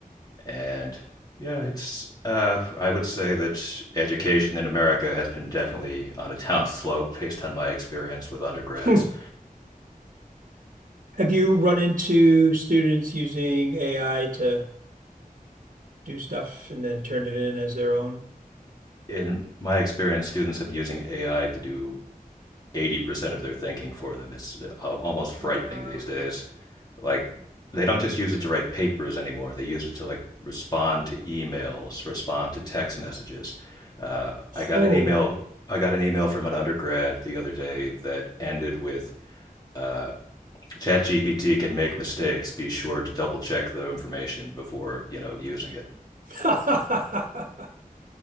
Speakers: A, on the left; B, on the right.
A: and yeah, it's uh, I would say that education in America has been definitely on a <laughs> down slope based on my experience with undergrads.
B: Hmm. Have you run into students using AI to do stuff and then turn it in as their own?
A: In my experience, students have been using AI to do 80% of their thinking for them. It's almost frightening
B: Wow.
A: these days. Like they don't just use it to write papers anymore. They use it to like respond to emails, respond to text messages. Uh, I got
B: Oh.
A: an email. I got an email from an undergrad the other day that ended with. Uh, ChatGPT can make mistakes. Be sure to double check the information before you know using it.
B: <laughs>